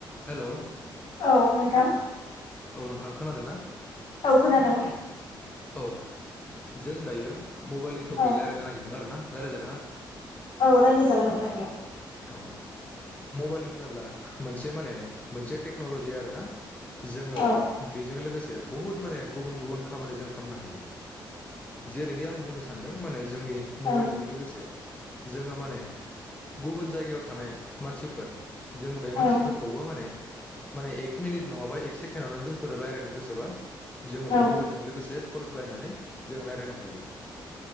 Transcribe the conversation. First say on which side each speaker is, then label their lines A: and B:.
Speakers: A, on the left; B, on the left.
A: हेल'
B: औ नोंथां
A: औ नोंथां खोनादों ना
B: औ खोनादों
A: औ जों दायो मबाइलनि टपिक
B: औ
A: रायज्लायनो नागिरदों आरो ना <unintelligible>
B: औ रायज्लाय जागोन नोंथां।
A: औ मबाइल होनोब्ला मोनसे माने मोनसे टेक्नलजि आरोना जोङो
B: औ
A: बेजों लोगोसे बहुद माने गुबन गुबन खामनो हायो जेरैह आ बुंनो सानदों माने जोंनि
B: औ
A: मबाइलजों लोगोसे जोङो माने गुबुन जायगायाव थानाय मानसिफोर जों बे
B: औ
A: मानसिफोरखौबो माने माने एक मिनिट नङाबा एक सेकेणडावनो जोंफोरो रायज्लायनो गोसोबा जोङो बे
B: औ
A: मबाइलजों लोगोसे कल खालायनानै जों रायजलायनो हायो